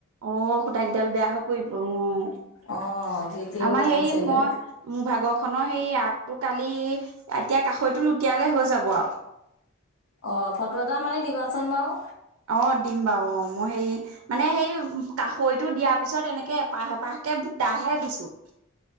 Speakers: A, on the right (about 85°); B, on the left (about 75°).
A: অ' সূতা কেইটাল বেয়া হৈ পৰিব অ'
B: অঁ জি টি
A: আমাৰ
B: ওলাই
A: সেই
B: গৈছেগে
A: মই মোৰ ভাগৰখনৰ সেই আগটো কালি। এতিয়া কাসৈটো লুটিয়ালে হৈ যাব আৰু
B: অ' ফটো এটা মাৰি দিবাচোন বাৰু
A: অক', দিম বাৰু অ মোৰ হেৰি মানে সেই কষৈটো দিয়াৰ পিছত এনেকে এপাহ এপাহ তাকে ভূতাহে দিছোঁ